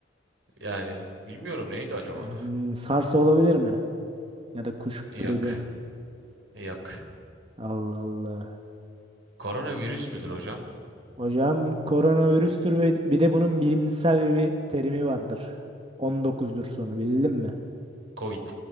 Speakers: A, on the right (about 80°); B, on the right (about 30°).
A: Yani bilmiyorum neydi acaba?
B: Hmm, Sarsa olabilir mi? Ya da kuş
A: Yok.
B: gribi.
A: Yok.
B: Allah Allah.
A: Koronavirüs müdür hocam?
B: Hocam koronavirüstür ve bir de bunun bilimsel bir terimi vardır. 19'dur sonu bildin mi?
A: Covid.